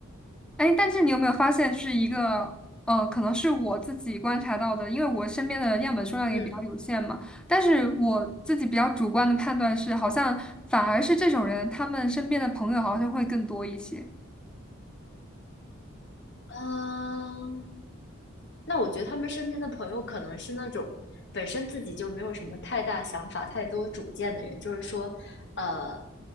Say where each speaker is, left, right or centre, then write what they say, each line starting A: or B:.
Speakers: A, in the centre; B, on the left.
A: 哎，但是你有没有发现，就是一个，呃，可能是我自己观察到的，因为我身边的样本数量也比较有限嘛。
B: 嗯，
A: 但是我自己比较主观的判断是，好像反而是这种人，他们身边的朋友好像会更多一些。
B: 嗯、那我觉得他们身边的朋友可能是那种本身自己就没有什么太大想法、太多主见的人，就是说，呃，